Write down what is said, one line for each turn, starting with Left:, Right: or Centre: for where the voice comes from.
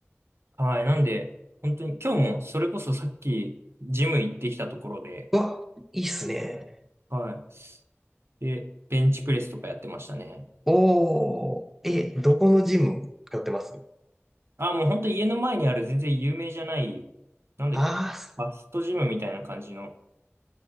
Right: はい。なんで、本当に今日もそれこそさっきジム行ってきたところで、
Centre: うわ、いいっすね。
Right: はい。で、ベンチプレスとかやってましたね。
Centre: おー、え、どこのジム通ってます
Right: あ、もう本当家の前にある全然有名じゃない、なんだっけな、
Centre: あー、
Right: ファストジムみたいな感じの